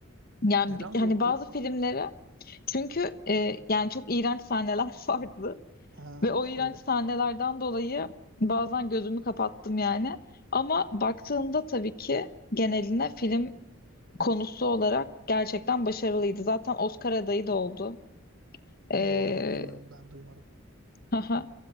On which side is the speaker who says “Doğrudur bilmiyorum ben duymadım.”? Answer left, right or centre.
Right